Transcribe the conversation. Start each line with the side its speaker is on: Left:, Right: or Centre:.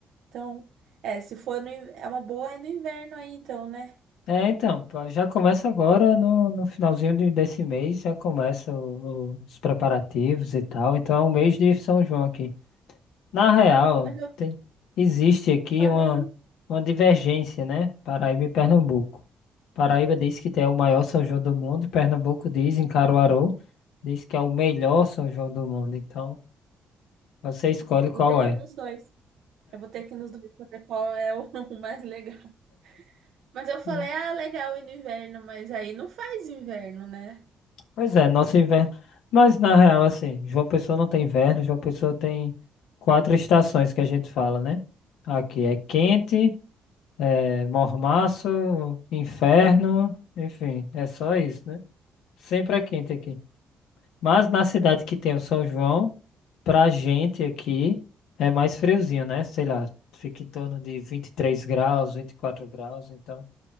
Right: Então, é, se for no, in- é uma boa é no inverno aí, então, né?
Left: É, então, pá, já começa agora no, no finalzinho de- desse mês, já começa o- o- os preparativos e tal. Então é um mês de São João aqui. Na real,
Right: Mas eu,
Left: tem- existe aqui
Right: eu falei,
Left: uma, uma divergência, né? Paraíba e Pernambuco. Paraíba diz que é o maior São João do mundo, e Pernambuco diz, em Caruaru, diz que é o melhor São João do mundo. Então, você escolhe qual
Right: vou ter que
Left: é.
Right: ir nos dois. Eu vou ter que ir nos dois pra ver qual é o, <laughs> o mais legal. Mas eu falei,
Left: <laughs>
Right: ah, legal ir no inverno, mas aí não faz inverno, né?
Left: Pois é, nosso inverno. Mas na real, assim, João Pessoa não tem inverno, João Pessoa tem quatro estações que a gente fala, né? Aqui é quente, é mormaço, inferno, enfim, é só isso, né? Sempre é quente aqui. Mas na cidade que tem o São João, pra gente aqui é mais friozinho, né? Sei lá, fica em torno de 23 graus, 24 graus, então